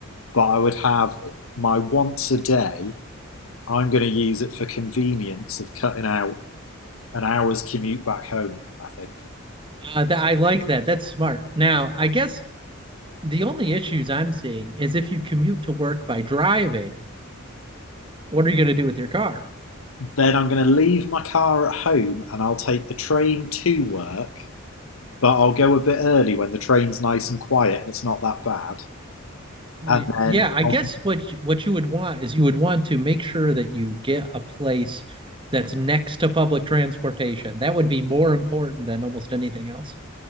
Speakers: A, on the left; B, on the right.
A: but I would have my once a day. I'm going to use it for convenience of cutting out an hour's commute back home, I think.
B: Uh, th- I like that. That's smart. Now, I guess the only issues I'm seeing is if you commute to work by driving, what are you going to do with your car?
A: Then I'm going to leave my car at home and I'll take the train to work but I'll go a bit early when the train's nice and quiet and it's not that bad.
B: Y-
A: And then
B: Yeah, I
A: I'll
B: guess what you- what you would want is you would want to make sure that you get a place that's next to public transportation. That would be more important than almost anything else.